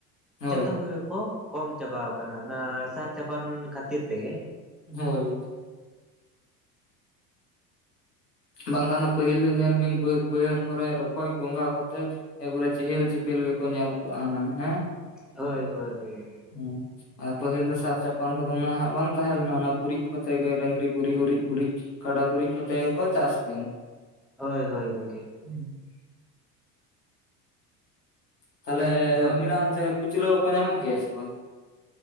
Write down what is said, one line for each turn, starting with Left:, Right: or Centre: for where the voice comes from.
Left: ᱦᱳᱭ
Centre: ᱡᱚᱛᱚ ᱜᱮ ᱠᱚ ᱠᱚᱢ ᱪᱟᱵᱟᱟᱣ ᱠᱟᱱᱟ, ᱚᱱᱟ ᱥᱟᱨ ᱪᱟᱯᱟᱱ ᱠᱷᱟᱹᱛᱤᱨ ᱛᱮᱜᱮ ᱾
Left: ᱦᱳᱭ ᱾ ᱵᱟᱝᱠᱷᱟᱱ ᱫᱚ ᱯᱟᱹᱦᱤᱞ ᱫᱚ ᱧᱮᱞ ᱵᱤᱱ ᱵᱟᱹᱫ ᱵᱟᱹᱭᱦᱟᱹᱨ ᱠᱚᱨᱮ ᱨᱚᱠᱚᱡ ᱜᱚᱝᱜᱷᱟ ᱠᱚᱛᱮ ᱮᱠᱚᱵᱟᱨᱮ ᱪᱮᱦᱮᱞ ᱼ ᱪᱮᱯᱮᱞ ᱜᱮᱠᱚ ᱧᱮᱞ ᱠᱚᱜᱼᱟ ᱦᱟᱸᱜ ᱦᱮᱸ!
Centre: ᱦᱳᱭ ᱦᱳᱭ ᱦᱳᱭ ᱾
Left: ᱦᱩᱸ ᱾ ᱟᱨ ᱯᱟᱹᱦᱤᱞ ᱫᱚ ᱥᱟᱨ ᱪᱟᱯᱟᱱ ᱠᱚᱫᱚ ᱩᱱᱟᱹᱜ ᱦᱟᱜ ᱵᱟᱝ ᱛᱟᱦᱮᱸ ᱞᱮᱱᱟ ᱚᱱᱟ ᱜᱩᱨᱤᱡ ᱠᱚᱛᱮ ᱜᱮ ᱰᱟᱹᱝᱨᱤ ᱜᱩᱨᱤ, ᱩᱨᱤᱡ ᱜᱩᱨᱤᱡ, ᱠᱟᱰᱟ ᱜᱩᱲᱤᱡ ᱠᱚᱛᱮ ᱜᱮᱠᱚ ᱪᱟᱥ ᱜᱮᱭᱟ ᱾
Centre: ᱦᱳᱭ ᱦᱳᱭ ᱜᱚᱝᱠᱮ ᱾
Left: <inaudible> ᱛᱟᱦᱚᱞᱮ
Centre: ᱟᱫᱚ
Left: ᱟᱵᱤᱱᱟᱜ ᱚᱱᱛᱮ ᱠᱩᱪᱞᱟᱹ ᱠᱚᱠᱚ ᱧᱟᱢᱚᱜ ᱜᱮᱭᱟ ᱥᱮ ᱵᱟᱝ?